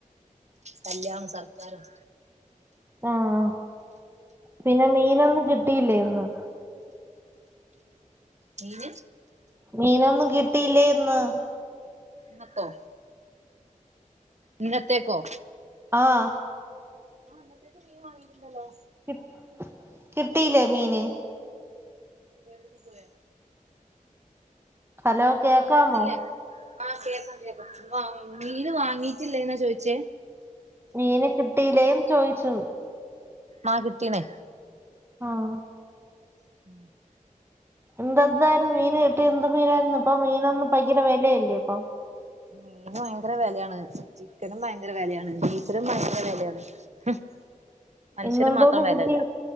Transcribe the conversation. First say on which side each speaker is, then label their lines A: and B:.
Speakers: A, on the right; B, on the right.
A: കല്യാണം, സർക്കാരം
B: ആഹ് പിന്നെ മീനൊന്നും കിട്ടിയില്ലേ ഇന്നും?
A: മീന്
B: മീനൊന്നും കിട്ടിയില്ലേ ഇന്ന്
A: ന്നത്തോ ഇന്നത്തേക്കോ
B: അ ആഹ്
A: ആഹ് ഇന്നത്തേക്ക് മീൻ വാങ്ങിട്ട്ണ്ടല്ലോ
B: കി കിട്ടീലെ മീന്
A: <unintelligible>
B: ഹലോ കേക്കാമോ
A: വാങ്ങീട്ടില്ലെന്നൊ ആഹ് കേൾക്കാം കേൾക്കാം വാ മീന് വാങ്ങീട്ടില്ലെന്നാ ചോയിച്ചേ
B: മീന് കിട്ടീലേന്ന് ചോയിച്ചു
A: മാ കിട്ടീണ്
B: ആഹ്
A: <inaudible>
B: ന്തന്തായിരുന്നു മീന് കിട്ടി എന്ത് മീനാരുന്നു ഇപ്പ മീനൊന്നും ഭയങ്കര വെലയല്ലേ ഇപ്പൊ
A: മീൻന് വയങ്കര വെലയാണ് ചിക്കനും ഭയങ്കര വെലയാണ് ബീഫിനും ഭയങ്കര വെലയാണ് മ്ഹ് മനുഷ്യന്
B: ഇന്നെന്തോന്ന്
A: മാത്രം വെലല്ല
B: കിട്ടി